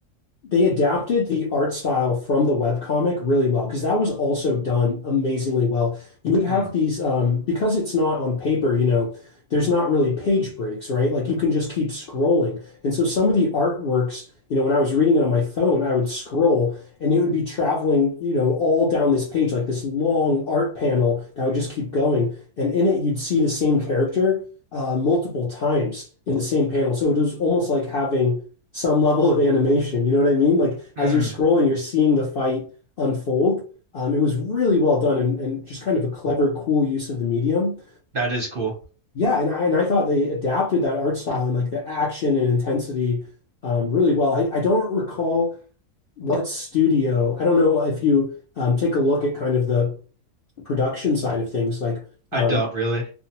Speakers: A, on the left; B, on the right.
A: they adapted the art style from the webcomic really well because that was also done amazingly well. You would have
B: Mm.
A: these um, because it's not on paper, you know, there's not really page breaks, right? Like you can just keep scrolling. And so some of the artworks, you know, when I was reading it on my phone, I would scroll and it would be traveling, you know, all down this page, like this long art panel that would just keep going. And in it, you'd see the same character uh, multiple times in the same panel. So it was almost like having some level of animation. You know what I mean? Like as
B: Mm.
A: you're scrolling, you're seeing the fight unfold. Um, it was really well done and, and just kind of a clever, cool use of the medium.
B: That is cool.
A: Yeah, and I and I thought they adapted that art style and like the action and intensity um, really well. I, I don't recall what studio. I don't know if you um, take a look at kind of the production side of things, like
B: I
A: um,
B: don't really.